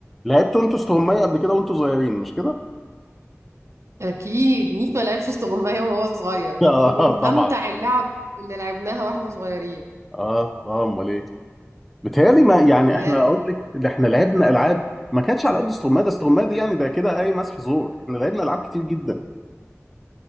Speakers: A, in the centre; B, on the right (about 65°).
A: لعبتوا انتوا استغماية قبل كده وانتوا صغيرين مش كده؟
B: اكيد ميكو لعبش استغماية وهو صغير
A: <laughs> اه
B: دي من
A: طبعا
B: امتع اللعب اللي لعبناها واحنا صغيرين
A: اه اه امال ايه؟ بيتهيألي ما يعني
B: لا
A: احنا اقول لك ده احنا لعبنا العاب ما كانتش على قد استغماية ده استغماية دي يعني ده كده اي مسح زور احنا لعبنا العاب كتير جدا